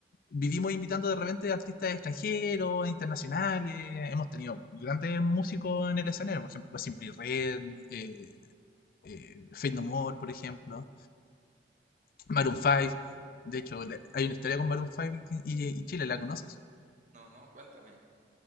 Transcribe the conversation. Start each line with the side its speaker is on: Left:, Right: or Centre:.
Left: vivimos invitando de repente artistas extranjeros, internacionales. Hemos tenido grandes músicos en el escenario, por ejemplo, Simply Red, eh, eh, Faith No More, por ejemplo, Maroon 5. De hecho, le- hay una historia con Maroon 5 y, y- y Chile, ¿la conoces?
Right: No, no, cuéntame.